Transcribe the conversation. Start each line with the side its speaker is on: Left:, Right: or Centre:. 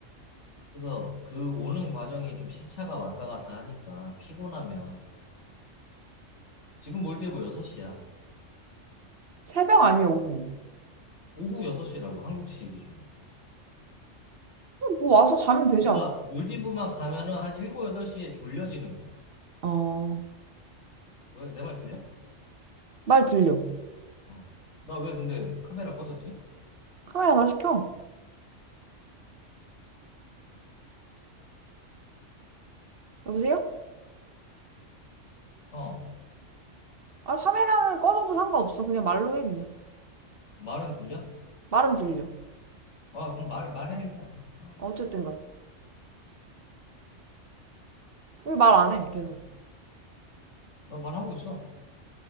Left: 그래서 그 오는 과정이 좀 시차가 왔다 갔다 하니까 피곤하면 지금 몰디브 6시야.
Right: 새벽 아니면 오후.
Left: 오후 6시라고 한국시 기준으로.
Right: 뭐 와서 자면 되지
Left: 그러니까
Right: 않아?
Left: 몰디브만 가면은 한 7, 8시에 졸려지는 거야.
Right: 어,
Left: 왜? 내 말 들려?
Right: 말 들려.
Left: 어. 나 왜 근데 카메라 꺼졌지?
Right: 카메라 다시 켜. 여보세요?
Left: 어.
Right: 아, 카메라는 꺼져도 상관없어. 그냥 말로 해, 그냥.
Left: 말은 들려?
Right: 말은 들려.
Left: 아, 그럼 말, 말해, 그냥. 어.
Right: 어, 어쨌든 간. 왜 말 안 해, 계속.
Left: 나 말하고 있어.